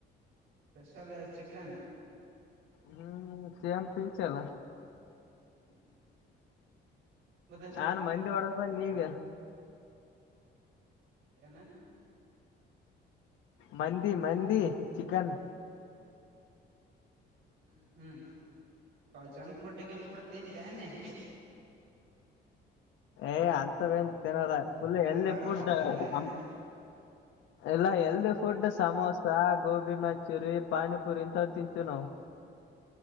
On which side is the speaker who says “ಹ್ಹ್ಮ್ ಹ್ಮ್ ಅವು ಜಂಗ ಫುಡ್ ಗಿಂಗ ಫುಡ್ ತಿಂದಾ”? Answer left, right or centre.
Right